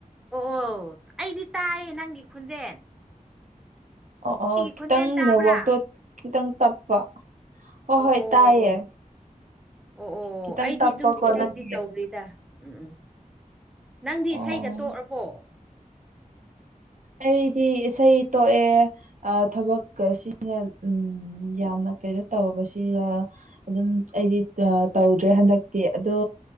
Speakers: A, in the centre; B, on the right.
A: ꯑꯣ ꯑꯣ ꯑꯩꯗꯤ ꯇꯥꯏ ꯅꯪꯒꯤ ꯈꯣꯟꯖꯦꯟ
B: ꯑꯣ ꯑꯣ ꯈꯤꯇꯪ
A: ꯈꯣꯟꯖꯦꯜ ꯇꯥꯕ꯭ꯔꯥ
B: ꯅꯦꯠꯋꯥ꯭ꯔꯛꯇꯣ ꯈꯤꯇꯪ ꯇꯞꯄ ꯍꯣꯏ
A: ꯑꯣ
B: ꯍꯣꯏ
A: ꯑꯣ
B: ꯇꯥꯏꯌꯦ
A: ꯑꯣ ꯑꯣ
B: ꯈꯤꯇꯪ
A: ꯑꯩꯗꯤ
B: ꯇꯞꯄꯀꯣ
A: ꯑꯗꯨꯝ ꯏꯁꯩꯗꯤ
B: ꯅꯪꯒꯤ
A: ꯇꯧꯔꯤꯗ ꯎꯝ ꯎꯝ ꯅꯪꯗꯤ
B: ꯑꯣ
A: ꯏꯁꯩꯒ ꯇꯣꯛꯑꯔꯄꯣ
B: ꯑꯩꯗꯤ ꯏꯁꯩ ꯇꯣꯛꯑꯦ ꯑ ꯊꯕꯛꯀ <unintelligible> ꯌꯥꯝꯅ ꯀꯩꯅꯣ ꯇꯧꯕꯁꯤꯒ ꯑꯗꯨꯝ ꯑꯩꯗꯤ ꯑ ꯇꯧꯗ꯭ꯔꯦ ꯍꯟꯗꯛꯇꯤ ꯑꯗꯣ